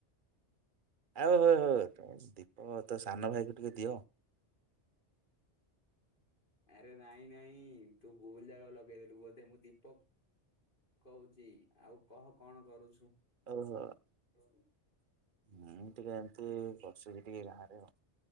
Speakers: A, on the right; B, on the left.
A: ଆଉ ତୁମେ ଦୀପକ ତମ ସାନ ଭାଇ କୁ ଟିକେ ଦିଅ।
B: ଆରେ ନାଇଁ ନାଇଁ ତୁ ଭୁଲ ଜାଗା କୁ ଲଗେଇଦେଲୁ ବୋଧେ, ମୁଁ ଦୀପକ। କହୁଚି ଆଉ କହ କଣ କରୁଛୁ?
A: ଓହୋ। <unintelligible>
B: ଳ
A: ହୁଁ ଟିକେ ଏମତି ବସିବି ଟିକେ ବାହାରେ ଆଉ।